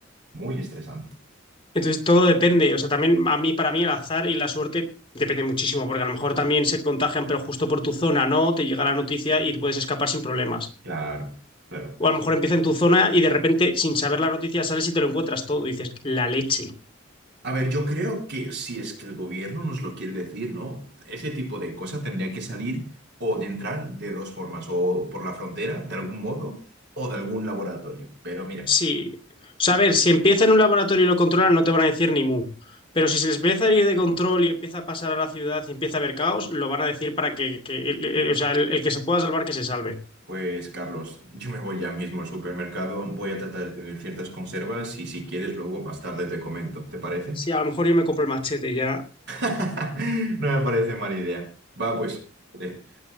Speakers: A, on the right (about 60°); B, on the left (about 25°).
A: muy estresante.
B: Entonces, todo depende. O sea, también a mí, para mí, el azar y la suerte depende muchísimo, porque a lo mejor también se contagian, pero justo por tu zona, ¿no? Te llega la noticia y puedes escapar sin problemas.
A: Claro, claro.
B: O a lo mejor empieza en tu zona y de repente, sin saber la noticia, sales y te lo encuentras todo. Y dices, la leche.
A: A ver, yo creo que si es que el gobierno nos lo quiere decir, ¿no? Ese tipo de cosas tendría que salir o de entrar de dos formas, o por la frontera, de algún modo, o de algún laboratorio. Pero mira.
B: Sí. O sea, a ver, si empieza en un laboratorio y lo controlan, no te van a decir ni mu. Pero si se les empieza a ir de control y empieza a pasar a la ciudad y empieza a haber caos, lo van a decir para que, que- el- el- o sea, el, el que se pueda salvar, que se salve.
A: Pues Carlos, yo me voy ya mismo al supermercado, voy a tratar de tener ciertas conservas y si quieres luego más tarde te comento, ¿te parece?
B: Sí, a lo mejor yo me compro el machete ya.
A: <laughs> No me parece mala idea. Va, pues. eh.